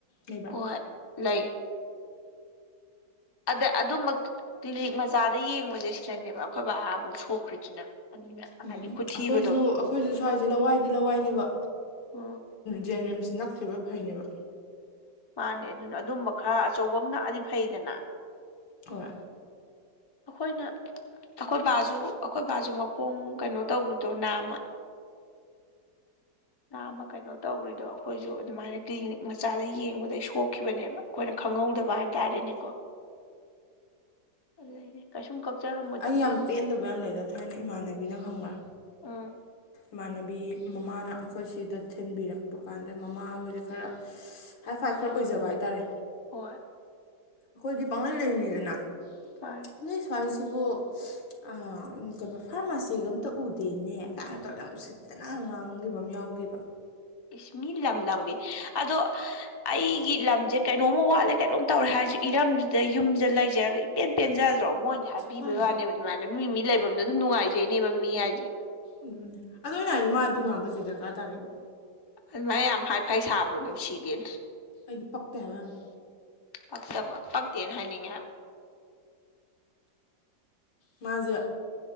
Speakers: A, on the left; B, on the left.
A: ꯂꯩꯕ꯭ꯔꯥ
B: ꯍꯣꯏꯣꯏ ꯂꯩ ꯑꯗ ꯑꯗꯨꯝꯕ ꯀ꯭ꯂꯤꯅꯤꯛ ꯃꯆꯥꯗ ꯌꯦꯡꯕꯁꯦ ꯁꯤꯗꯅꯦꯕ ꯑꯩꯈꯣꯏ ꯕꯕꯥ ꯑꯃꯨꯛ ꯁꯣꯛꯈ꯭ꯔꯤꯁꯤꯅ ꯑꯗꯨ
A: ꯎꯝ
B: ꯍꯥꯏꯗꯤ ꯈꯨꯊꯤꯕꯗꯣ
A: ꯑꯩꯈꯣꯏꯁꯨ ꯑꯩꯈꯣꯏꯁꯨ ꯁ꯭ꯋꯥꯏꯁꯦ ꯂꯋꯥꯏꯗꯤ ꯂꯋꯥꯏꯅꯦꯕ
B: ꯎꯝ
A: ꯖꯦꯅꯤꯝꯁ ꯅꯛ ꯂꯣꯢ ꯐꯩꯅꯦꯕ
B: ꯃꯥꯅꯦ ꯑꯗꯨꯅ ꯑꯗꯨꯝꯕ ꯈꯔ ꯑꯆꯧꯕ ꯑꯃꯅꯛꯑꯗꯤ ꯐꯩꯗꯅ
A: ꯀꯣꯏ
B: ꯑꯩꯈꯣꯏꯅ ꯑꯩꯈꯣꯏ ꯕꯥꯁꯨ ꯑꯩꯈꯣꯏ ꯕꯥꯁꯨ ꯃꯈꯣꯡ ꯀꯩꯅꯣ ꯇꯧꯕꯔꯤꯗꯣ ꯅꯥꯝꯃ ꯉ ꯑꯃ ꯀꯩꯅꯣ ꯇꯧ꯭ꯔꯤꯗꯣ ꯑꯩꯈꯣꯏꯁꯨ ꯑꯗꯨꯃꯥꯏꯅ ꯀ꯭ꯂꯤꯅꯤꯛ ꯃꯆꯥꯗ ꯌꯦꯡꯕꯗꯒꯤꯩ ꯁꯣꯛ ꯀꯈꯤꯕꯅꯦꯕ ꯑꯩꯈꯣꯏꯅ ꯈꯪꯍꯧꯗꯕ ꯍꯥꯏꯇꯥꯔꯦꯅꯦꯀꯣ ꯑꯗꯨꯩꯅꯦ ꯀꯩꯁꯨꯝ ꯀꯛꯆꯔꯝꯑꯣꯏꯗꯕꯅꯦꯕ
A: ꯑꯩ ꯌꯥꯝ ꯄꯦꯟꯗꯕ
B: ꯑꯣꯛ
A: ꯌꯥꯝ ꯂꯩꯗ ꯊꯥꯏꯅ ꯏꯃꯥꯟꯅꯕꯤꯅ ꯈꯪꯕ
B: ꯎꯝ
A: ꯏꯃꯥꯟꯅꯕꯤ ꯃꯃꯥꯅ ꯑꯩꯈꯣꯏ ꯁꯤꯗ ꯊꯤꯟꯕꯤꯔꯛꯄ ꯀꯥꯟꯗ ꯃꯃꯥ ꯍꯣꯏꯁꯛ ꯈꯔ ꯍꯥꯏ ꯐꯥꯏ ꯈꯔ ꯑꯣꯏꯖꯕ ꯍꯥꯏꯇꯥꯔꯦ
B: ꯍꯣꯏ
A: ꯑꯩꯈꯣꯏꯗꯤ ꯄꯥꯡꯒꯟ ꯂꯩꯔꯤꯅꯤꯗꯅ
B: ꯍꯥꯏ
A: ꯅꯣꯏ ꯁ꯭ꯋꯥꯏꯁꯤꯕꯨ ꯑꯥ ꯐꯥꯔꯃꯥꯁꯤꯒ ꯑꯝꯇ ꯎꯗꯦꯅꯦ ꯑꯗꯨꯃꯥꯏꯅ ꯇꯧꯔ ꯌꯥꯝ ꯎꯁꯤꯠ <inaudible> ꯉꯥꯡꯈꯤꯕ ꯑꯃ ꯌꯥꯎꯒꯤꯕ
B: ꯏꯁ ꯃꯤ ꯂꯝ ꯂꯝꯒꯤ ꯑꯗꯣ ꯑꯩꯒꯤ ꯂꯝꯁꯦ ꯀꯩꯅꯣꯝ ꯋꯥꯠꯂꯦ ꯀꯩꯅꯣꯝ ꯇꯧꯔꯦ ꯍꯥꯏꯔꯁꯨ ꯏꯔꯝꯁꯤꯗ ꯌꯨꯝꯗ ꯂꯩꯖꯔꯒ ꯏꯄꯦꯟ ꯄꯦꯟꯖꯗ꯭ꯔꯣ ꯃꯣꯏꯅꯗꯤ ꯍꯥꯏꯕꯤꯕꯩ
A: ꯃꯥꯅꯦ
B: ꯋꯥꯅꯦꯕ ꯑꯗꯨꯃꯥꯏꯅ ꯃꯤ ꯃꯤ ꯂꯩꯕꯝꯗ ꯑꯗꯨꯝ ꯅꯨꯡꯉꯥꯏꯖꯩꯅꯦꯕ ꯃꯤ ꯍꯥꯏꯁꯦ
A: ꯑꯗꯨꯅꯦ ꯑꯗꯨ ꯑꯩꯅ ꯍꯥꯏꯗꯤ ꯃꯥ ꯑꯗꯨ ꯉꯥꯡꯕꯩ ꯀꯩ ꯗꯔꯀꯥꯔ ꯇꯥꯒꯦꯕ
B: ꯑꯗꯨꯃꯥꯏ ꯌꯥꯝ ꯍꯥꯏ ꯐꯥꯏ ꯁꯥꯕꯗꯣ ꯅꯨꯡꯁꯤꯗꯦ
A: ꯑꯩꯗꯤ ꯄꯛꯇꯦ ꯍꯥꯏꯕ ꯑꯃꯤ
B: ꯄꯛꯇꯕ ꯄꯛꯇꯦꯅ ꯍꯥꯏꯅꯤꯡꯉꯦ ꯍꯥꯏꯕ
A: ꯃꯥꯁꯦ